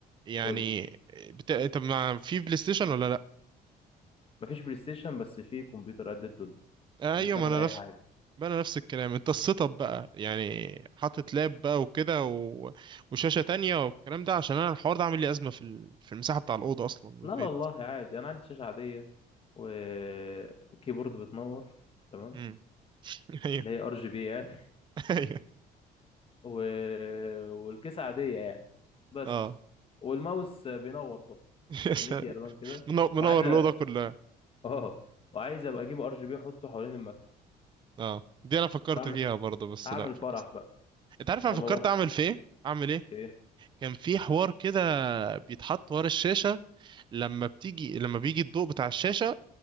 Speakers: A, on the right (about 30°); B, on the left (about 35°).
A: يعني
B: قول لي
A: بت... انت مع في بلاي ستيشن ولا لا
B: مفيش بلاي ستيشن بس في كمبيوتر قد الدنيا
A: آه
B: اللي
A: ايوه
B: يشغل
A: ما انا
B: أي
A: نفس
B: حاجة
A: ما انا نفس الكلام انت السيت اب بقى يعني حاطط لاب بقى وكده و... وشاشة تانية والكلام ده عشان انا الحوار ده عامل لي ازمة في ال... في المساحة بتاع الأوضة اصلا والبيت
B: لا والله عادي أنا عندي شاشة عادية وكيبورد بتنور تمام
A: امم <laughs>
B: اللي هي ار جي بي يعني
A: ايوه
B: و... والكيسة عادية يعني بس
A: اه
B: والماوس بينور برضه
A: <laughs> يا
B: عشان
A: سلام.
B: يدي الوان كده
A: منو- منور
B: وعايز أ-
A: الاوضه كلها
B: اه وعايز ابقى اجيب ار جي بي احطه حوالين المكتب
A: اه دي انا فكرت
B: بعمل
A: فيها برضه بس
B: اعمل
A: لا فكست
B: فرح بقى
A: انت عارف
B: لما
A: انا فكرت
B: بقى
A: اعمل في ايه اعمل ايه
B: ايه
A: كان في حوار كده بيتحط ورا الشاشه لما بتيجي لما بيجي الضوء بتاع الشاشه